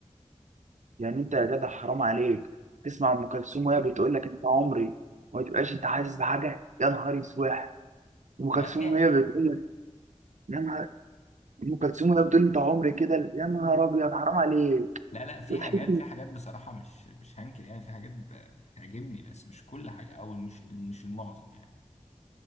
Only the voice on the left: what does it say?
لا
فيها
لا لا في
حاجات في حاجات بصراحة مش مش هنكر يعني في حاجات ب- بتعجبني بس مش كل حاجة أو مش مش المعظم يعني